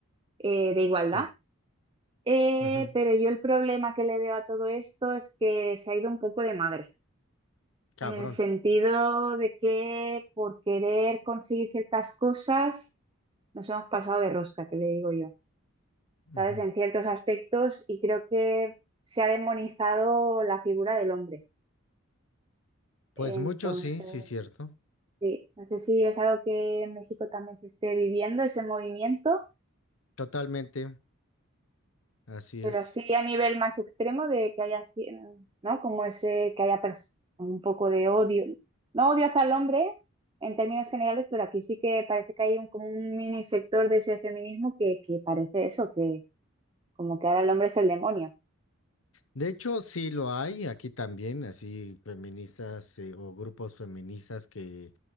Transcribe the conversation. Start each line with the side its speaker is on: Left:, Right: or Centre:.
Right: eh, de igualdad,
Left: Sí.
Right: Eh,
Left: ujú.
Right: pero yo el problema que le veo a todo esto es que se ha ido un poco de madre.
Left: Cabrón.
Right: En el sentido de que por querer conseguir ciertas cosas nos hemos pasado de rosca, que le digo yo, ¿sabes?
Left: Ujú.
Right: En ciertos aspectos y creo que se ha demonizado la figura del hombre.
Left: Pues
Right: Entonces,
Left: mucho sí, sí, cierto.
Right: sí, no sé si es algo que en México también se esté viviendo, ese movimiento,
Left: Totalmente, así
Right: Pero
Left: es.
Right: así a nivel más extremo de que haya, cien- ¿no? Como ese, que haya pers- un poco de odio. No odio hacia el hombre en términos generales, pero aquí sí que parece que hay un, como un mini sector de ese feminismo que, que parece eso, que como que ahora el hombre es el demonio.
Left: De hecho, sí lo hay aquí también, así feministas eh, o grupos feministas que,